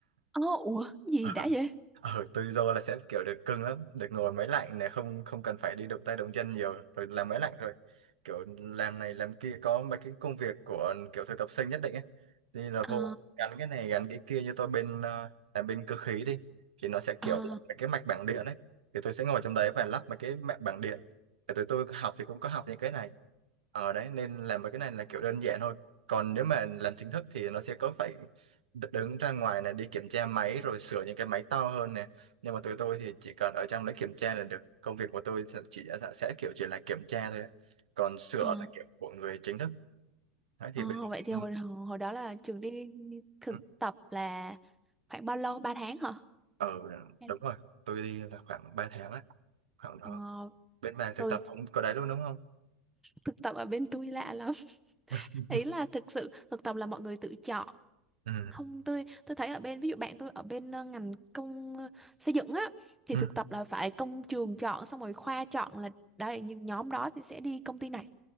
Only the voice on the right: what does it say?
ờ
Ờ, tự do là sẽ kiểu được cưng lắm được ngồi máy lạnh này không không cần phải đi động tay động chân nhiều rồi làm máy lạnh rồi kiểu làm này làm kia có mấy cái công việc của kiểu thực tập sinh nhất định ấy thì là
vô gắn cái này gắn cái kia như tôi bên ờ, làm bên cơ khí đi thì nó sẽ kiểu
mấy cái mạch bảng điện ấy thì tôi sẽ ngồi trong đấy và lắp mấy cái mạch bảng điện thì tụi tôi học thì cũng có học những cái này ở đấy nên làm mấy cái này là kiểu đơn giản thôi còn nếu mà làm chính thức thì nó sẽ có phải đ- đứng ra ngoài này đi kiểm tra máy rồi sửa những cái máy to hơn nè nhưng mà tụi tôi thì chỉ cần ở trong lấy kiểm tra là được công việc của tôi thì chỉ sẽ sẽ kiểu chỉ là kiểm tra thôi còn sửa
là kiểu của người chính thức đấy
thì bên
ừ.
Ừ.
Ờ,
đúng rồi tôi đi là khoảng 3 tháng á khoảng đó
bên bà thực
tập cũng có đấy luôn đúng không
<laughs>
ừ
ừ